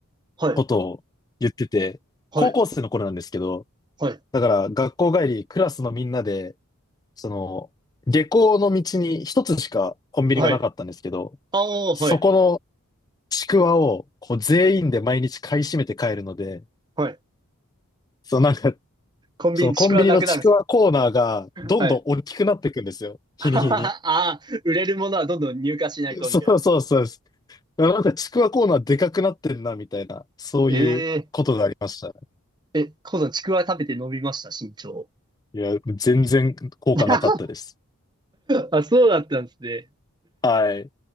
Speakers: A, on the right; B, on the left.
A: はい。
B: ことを言ってて、
A: はい。
B: 高校生の頃なんですけど、
A: はい。
B: だから学校帰り、クラスのみんなで、その、下校の道に一つしかコンビニがなかったんですけど、
A: はい。ああ、
B: そこの
A: はい。
B: ちくわをこう全員で毎日買い占めて帰るので、
A: はい。
B: そうなんか
A: コンビニ、
B: そのコンビニのちくわコーナーがどんどん大きくなっていくんですよ。
A: ちくわなくなるんですかはい。<laughs>
B: 日に日に。
A: ああ、売れるものはどんどん入荷しないと、
B: そうそうそうです。
A: みたいな。
B: なんかちくわコーナーでかくなってんな、みたいな、そういうことがありました。
A: えええ、このちくわ食べて伸びました、身長。
B: いや、全然効果なかったです。
A: <laughs> あ、そうだったんですね。
B: はい。